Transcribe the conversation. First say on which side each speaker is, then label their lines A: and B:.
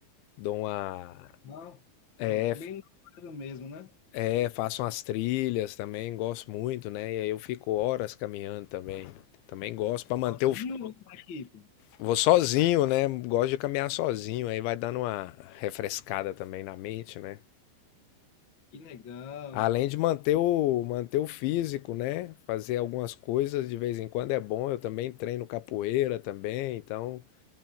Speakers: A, on the left (about 85°); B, on the left (about 50°).
A: Dou uma.
B: Não,
A: É,
B: Com- bem no bairro mesmo, né?
A: é, faço umas trilhas também, gosto muito, né? E aí eu fico horas caminhando também. Também gosto pra manter
B: Sozinho
A: o.
B: ou com a equipe?
A: Vou sozinho, né? Gosto de caminhar sozinho, aí vai dando uma refrescada também na mente, né?
B: Que legal.
A: Além de manter o, manter o físico, né? Fazer algumas coisas de vez em quando é bom. Eu também treino capoeira também, então